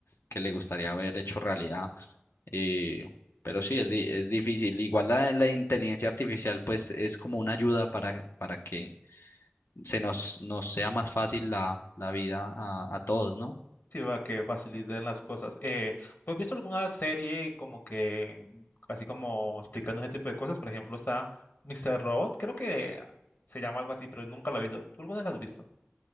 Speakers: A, on the left; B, on the left.
A: que le gustaría haber hecho realidad. Y, pero sí, es, di- es difícil. Igual la, la inteligencia artificial, pues, es como una ayuda para, para que se nos, nos sea más fácil la, la vida a, a todos, ¿no?
B: Sí, va que faciliten las cosas. Eh, ¿tú has visto alguna serie como que, así como explicando ese tipo de cosas? Por ejemplo, está Mr. Robot, creo que se llama algo así, pero nunca la he visto. ¿Tú alguna vez la has visto?